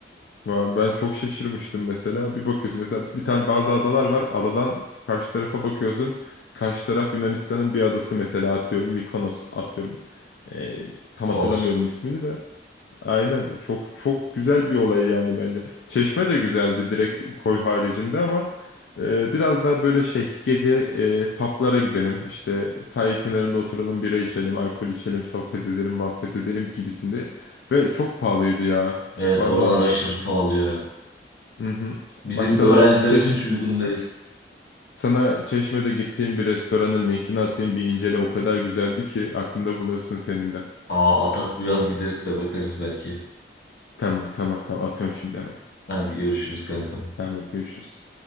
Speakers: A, on the left (about 75°); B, on the left (about 60°).
A: Va- Ben çok şaşırmıştım mesela. Bir bakıyorsun mesela bir tane bazı adalar var. Adadan karşı tarafa bakıyorsun. Karşı taraf Yunanistan'ın bir adası mesela atıyorum Mikonos atıyorum. Ee, tam
B: Kos.
A: hatırlamıyorum ismini de. Aynen çok çok güzel bir olay yani bence. Çeşme de güzeldi direkt koy haricinde ama e, biraz daha böyle şey gece e, publara gidelim işte sahil kenarında oturalım bira içelim alkol içelim sohbet edelim muhabbet edelim gibisinde ve çok pahalıydı ya.
B: Evet
A: Valla
B: oralar aşırı pahalı ya.
A: hı hı.
B: Bizim
A: Bak sana
B: öğrenciler
A: Çeş
B: için hiç uygun
A: Aha.
B: değil.
A: sana Çeşme'de gittiğim bir restoranın linkini atayım bir incele o kadar güzeldi ki aklında bulunsun senin de.
B: Aa Atat bu yaz gideriz de bakarız belki.
A: Tamam tamam tamam atıyorum şimdi hemen.
B: Hadi görüşürüz kankam.
A: Tamam hadi görüşürüz.